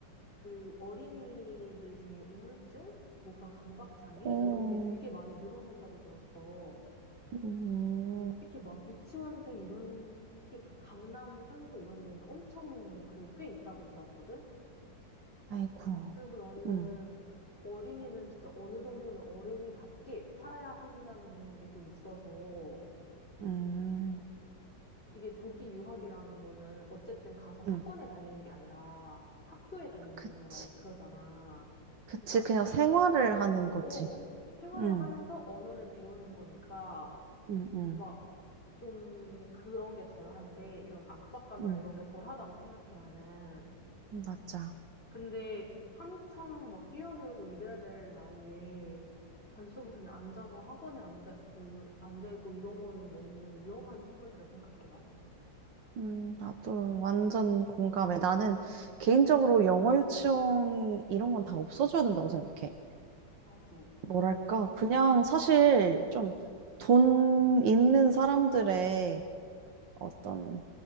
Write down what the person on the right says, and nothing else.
어,
음,
아이고.
응,
음,
응.
그치.
그치.
그냥 생활을 하는 거지.
응,
응, 응,
응.
맞아.
음, 나도 완전 공감해. 나는 개인적으로 영어 유치원 이런 건 다 없어져야 된다고 생각해.
뭐랄까, 그냥 사실 좀 돈 있는 사람들의 어떤